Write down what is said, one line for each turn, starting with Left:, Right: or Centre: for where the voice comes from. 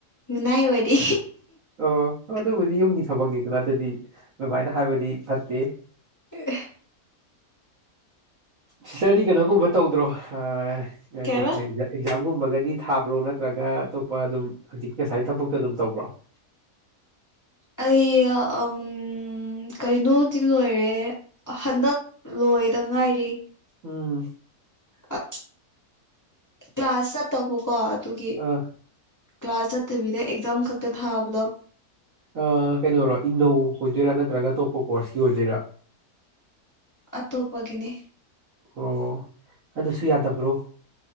Left: ꯃꯤꯅꯥꯥꯏ ꯑꯣꯏꯔꯤ
Right: ꯑꯣ ꯑꯗꯨꯕꯨꯗꯤ ꯌꯨꯝꯒꯤ ꯊꯕꯛꯅꯤꯗꯅ ꯑꯗꯨꯗꯤ ꯑꯗꯨꯃꯥꯏꯅ ꯍꯥꯏꯕꯗꯤ ꯐꯠꯇꯦ
Left: <unintelligible>
Right: ꯁꯤꯁꯇꯔꯗꯤ ꯀꯩꯅꯣꯒꯨꯝꯕ ꯇꯧꯗ꯭ꯔꯣ ꯑꯥ <unintelligible>
Left: ꯀꯩꯕ
Right: ꯑꯦꯛꯖꯥꯝꯒꯨꯝꯕꯒꯗꯤ ꯊꯥꯕ꯭ꯔꯣ ꯅꯠꯇ꯭ꯔꯒ ꯑꯇꯣꯞꯄ ꯑꯗꯨꯝ ꯍꯧꯖꯤꯛ ꯉꯁꯥꯏ ꯊꯕꯛꯇꯣ ꯑꯗꯨꯝ ꯇꯧꯕ꯭ꯔꯣ
Left: ꯑꯩ ꯎꯝ ꯀꯩꯅꯣꯗꯤ ꯂꯣꯏꯔꯦ ꯍꯟꯗꯛ ꯂꯣꯏꯗ ꯉꯥꯏꯔꯤ
Right: ꯎꯝ
Left: ꯑꯥ ꯀ꯭ꯂꯥꯁ ꯆꯠꯇꯕꯀꯣ ꯑꯗꯨꯒꯤ
Right: ꯑ
Left: ꯀ꯭ꯂꯥꯁ ꯆꯠꯇꯕꯤꯗ ꯑꯦꯛꯖꯥꯝ ꯈꯛꯇ ꯊꯥꯕꯗꯣ
Right: ꯑ ꯀꯩꯅꯣꯔꯣ ꯏꯪꯅꯧ ꯑꯣꯏꯗꯣꯏꯔꯥ ꯅꯠꯇ꯭ꯔꯒ ꯑꯇꯣꯞꯄ ꯀꯣꯔꯁꯀꯤ ꯑꯣꯏꯗꯣꯏꯔꯥ
Left: ꯑꯇꯣꯞꯄꯒꯤꯅꯤ
Right: ꯑꯣ ꯑꯗꯨꯁꯨ ꯌꯥꯗꯕ꯭ꯔꯣ